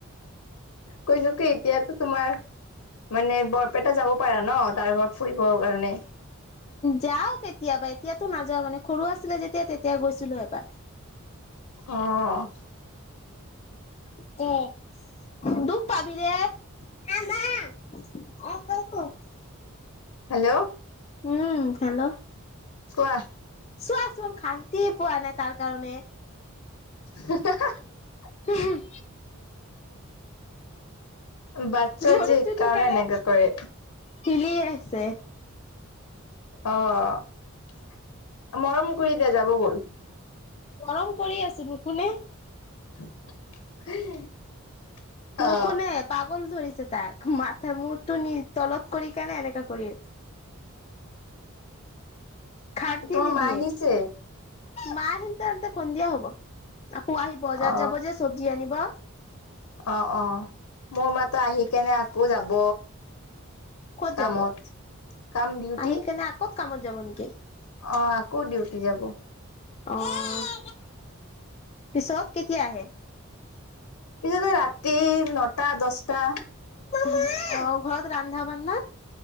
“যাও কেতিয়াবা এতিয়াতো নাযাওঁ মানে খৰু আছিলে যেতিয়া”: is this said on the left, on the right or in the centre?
Left